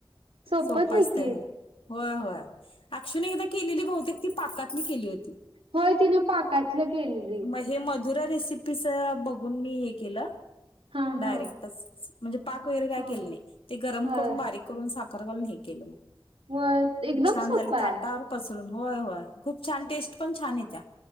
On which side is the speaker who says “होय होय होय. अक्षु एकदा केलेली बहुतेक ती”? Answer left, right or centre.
Left